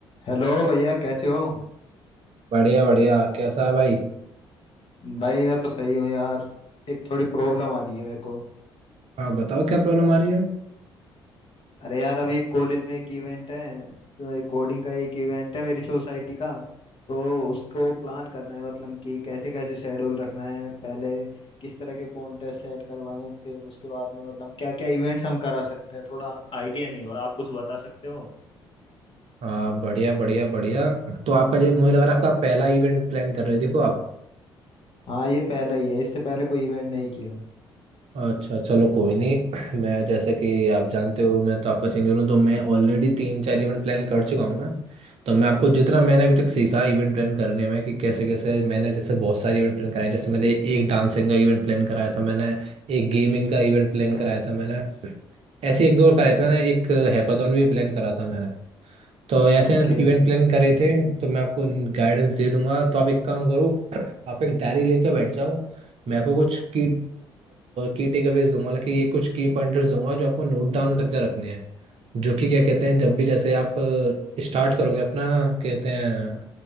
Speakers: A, on the left; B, on the right.
A: हेलो भैया कैसे हो
B: बढ़िया बढ़िया कैसा है भाई
A: भाई मैं तो सही हूँ यार एक थोड़ी प्रॉब्लम आ रही है मेरे को
B: हाँ बताओ क्या प्रॉब्लम आ रही है
A: अरे यार अभी एक कॉलेज में एक इवेंट है तो एक कोडिंग का एक इवेंट है मेरी सोसाइटी का तो उसको प्लान करना है मतलब कि कैसे कैसे शेड्यूल रखना है पहले किस तरह के कॉन्टेस्ट सेट करवाएं फिर उसके बाद में मतलब क्या क्या इवेंट्स हम करा सकते हैं थोड़ा आइडिया नहीं हो रहा आप कुछ बता सकते हो
B: हाँ बढ़िया बढ़िया बढ़िया तो आपका जो मुझे लग रहा है आपका पहला इवेंट प्लान कर रहे हो देखो आप
A: हाँ ये पहला ही है इससे पहले कोई इवेंट नहीं किया
B: अच्छा चलो कोई नहीं मैं जैसे कि आप जानते हो मैं तो आपका सीनियर हूँ तो मैं ऑलरेडी तीन चार इवेंट प्लान कर चुका हूँ मैं तो मैं आपको जितना मैंने अभी तक सीखा इवेंट प्लान करने में कि कैसे कैसे मैंने जैसे बहुत सारे इवेंट प्लान कराए हैं। जैसे मैंने एक डांसिंग का इवेंट प्लान कराया था मैंने एक गेमिंग का इवेंट
A: अच्छा
B: प्लान कराया था मैंने ऐसे एक दो और कराए थे मैंने एक हैकाथॉन भी प्लान करा था मैंने तो ऐसे
A: ओके
B: इवेंट प्लान करे थे तो मैं आपको गाइडेंस दे दूंगा तो आप एक काम करो <clears throat> आप एक डायरी लेके बैठ जाओ मैं आपको कुछ की की टेकअवेज दूंगा मतलब कि ये कुछ की पॉइंटर्स दूंगा जो आपको नोट डाउन करके रखने हैं जो कि क्या कहते हैं जब भी जैसे आप स्टार्ट करोगे अपना कहते हैं